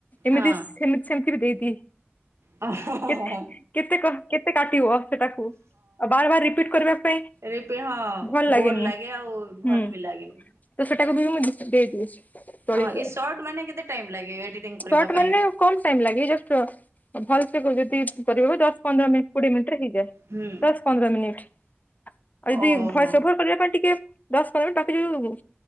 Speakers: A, on the left (about 35°); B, on the right (about 80°).
A: ଏମିତି
B: ହଁ।
A: ସେମିତି ସେମିତି ବି ଦେଇଦିଏ।
B: ଓ ହ ହ
A: କେତେ
B: ହ ହ।
A: କେତେ କ କେତେ କାଟିବ ସେଟାକୁ ବାର ବାର ରିପିଟ କରିବା ପାଇଁ
B: ରିପ ହଁ
A: ଭଲ ଲାଗେନି
B: ବୋର ଲାଗେ ଆଉ ଭଲ
A: ହୁଁ
B: ବି ଲାଗେନି
A: ତ ସେଟାକୁ ବି ମୁଁ ଦେଇଦିଏ ଚଳିଯାଏ।
B: ହଁ ଏ ସର୍ଟ ମାନେ କେତେ ଟାଇମ ଲାଗେ ଏଡିଟିଂ କରିବା
A: ସଟ
B: ପାଇଁ
A: ମାନେ କମ ଟାଇମ ଲାଗେ ଏ ଜଉ ଟ୍ର ଭଲସେ ଯଦି କରିବ ଦଶ ପନ୍ଦର ମିନିଟ କୋଡିଏ ମିନିଟ ରେ ହେଇଯାଏ
B: ହୁଁ
A: ଦଶ ପନ୍ଦର ମିନିଟ ଆଉ ଯଦି
B: ଓହୋ।
A: ଭଏସ ଓଭର କରିବା ପାଇଁ ଟିକେ ଦଶ ପନ୍ଦର ତାକେ ଯଉ